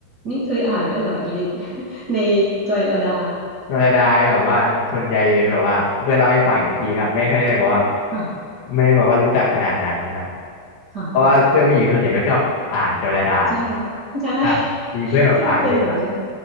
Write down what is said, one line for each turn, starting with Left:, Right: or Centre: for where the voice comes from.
Right: นี่เคยอ่านด้วยเหรอลิศ <laughs> ในจอยลดา
Left: โนราไดายแบบว่าส่วนใหญ่จะเป็นแบบว่าเพื่อนเล่าให้ฟังอีกทีครับไม่ค่อยได้แบบว่า
Right: ค่ะ
Left: ไม่ได้บอกว่ารู้จักขนาดนั้นครับ
Right: ค่ะค่ะ
Left: เพราะว่าเพื่อนผู้หญิงส่วนใหญ่ก็ชอบอ่านโนราไดาครับ
Right: ใช่ใช่
Left: อ่ามีเพื่อนแบบอ่านเยอะมาก
Right: ใช่เป็นเหมือนกัน